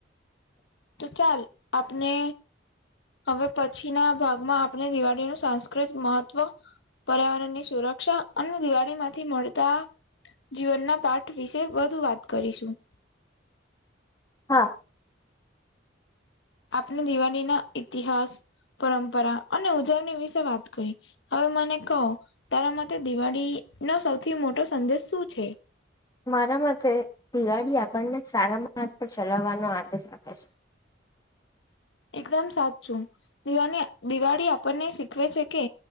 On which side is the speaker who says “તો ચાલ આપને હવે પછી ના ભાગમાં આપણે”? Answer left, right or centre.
Left